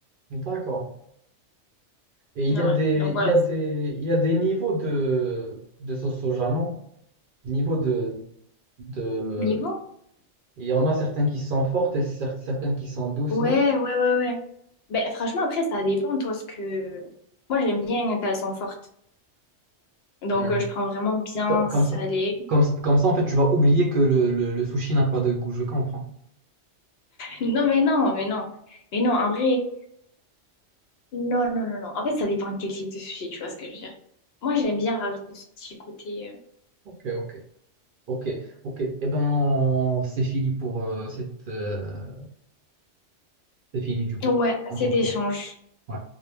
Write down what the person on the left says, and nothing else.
Ouais,
donc voilà.
Niveau?
Ouais,
ouais, ouais, ouais. Ben franchement, après, ça dépend, toi, ce que. Moi, j'aime bien quand elles sont fortes. Donc,
euh, je prends vraiment bien
salée.
<laughs>
Non, mais non, mais non. Mais non, en vrai, non, non, non, non. En fait, ça dépend de quel type de sushi, tu vois ce que je veux dire. Moi, j'aime bien rajouter ce petit côté. euh,
Ouais, assez
d'échanges.